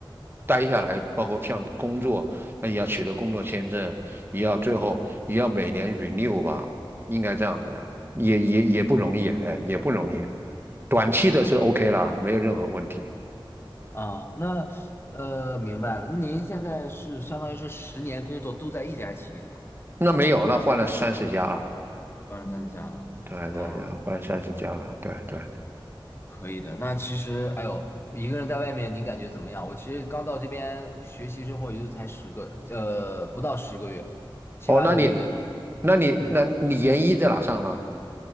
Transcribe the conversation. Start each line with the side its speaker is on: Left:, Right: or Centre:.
Right: 待下来，包括像工作，那也要取得工作签证，也要最后也要每年 renew 吧，应该这样子的，也也也不容易，哎，也不容易。短期的是 OK 啦，没有任何问题。
Left: 啊，那呃明白了。那您现在是相当于说十年工作都在一家企业啊，
Right: 那没有，那换了三十家了，
Left: 当然咱家了啊。
Right: 对对对，换三十家了，对对。
Left: 可以的，那其实，哎呦，一个人在外面，你感觉怎么样？我其实刚到这边学习生活，也就才十个，呃，不到十个月，七八个月的样子。
Right: 哦，那你，那你，
Left: 嗯，
Right: 那你研一在哪上呢？